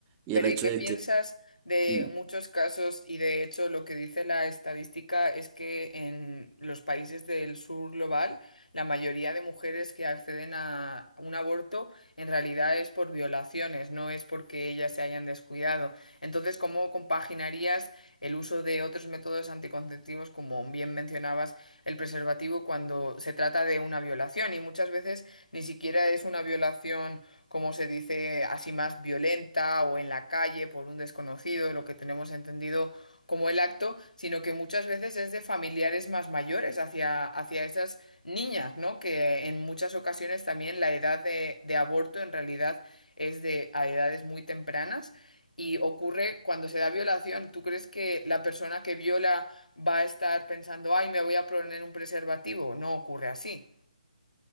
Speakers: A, on the right; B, on the left.
A: Y
B: Pero
A: el hecho
B: ¿y qué
A: de
B: piensas
A: que,
B: de
A: sí,
B: muchos casos? Y de hecho lo que dice la estadística es que en los países del sur global, la mayoría de mujeres que acceden a un aborto en realidad es por violaciones, no es porque ellas se hayan descuidado. Entonces, ¿cómo compaginarías el uso de otros métodos anticonceptivos, como bien mencionabas, el preservativo cuando se trata de una violación? Y muchas veces ni siquiera es una violación como se dice, así más violenta o en la calle por un desconocido, lo que tenemos entendido como el acto, sino que muchas veces es de familiares más mayores hacia, hacia esas niñas, ¿no? Que en muchas ocasiones también la edad de, de aborto en realidad es de a edades muy tempranas y ocurre cuando se da violación. ¿Tú crees que la persona que viola va a estar pensando, ay, me voy a poner un preservativo? No ocurre así.